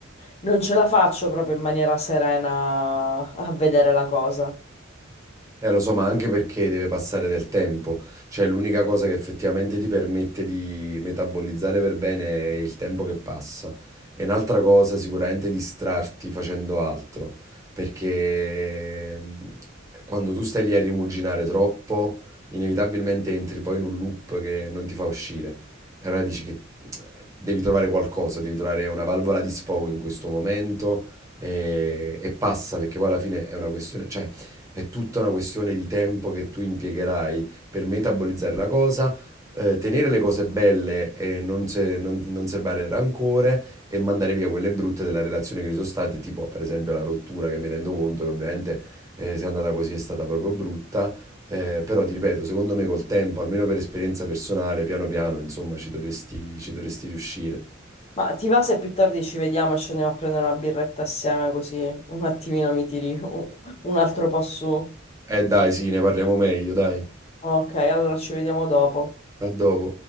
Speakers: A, on the left; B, on the right.
A: non ce la faccio proprio in maniera serena a vedere la cosa.
B: Eh, lo so, ma anche perché deve passare del tempo, cioè l'unica cosa che effettivamente ti permette di metabolizzare per bene è il tempo che passa. E un'altra cosa sicuramente è distrarti facendo altro, perché mm, quando tu stai lì a rimuginare troppo, inevitabilmente entri poi in un loop che non ti fa uscire. E allora dici che eh, devi trovare qualcosa, devi trovare una valvola di sfogo in questo momento e, e passa, perché poi alla fine è una questione, cioè è tutta una questione di tempo che tu impiegherai per metabolizzare la cosa, eh, tenere le cose belle e non, se- non, non serbare il rancore e mandare via quelle brutte della relazione che ci sono state, tipo per esempio la rottura che mi rendo conto che ovviamente eh, se è andata così è stata proprio brutta, eh, però ti ripeto, secondo me col tempo, almeno per esperienza personale, piano piano, insomma, ci dovresti, ci dovresti riuscire.
A: Ma ti va se più tardi ci vediamo e ci andiamo a prendere una birretta assieme così un attimino mi tiri un un altro po' su?
B: Eh dai, sì, ne parliamo meglio, dai.
A: Ok, allora ci vediamo dopo.
B: A dopo.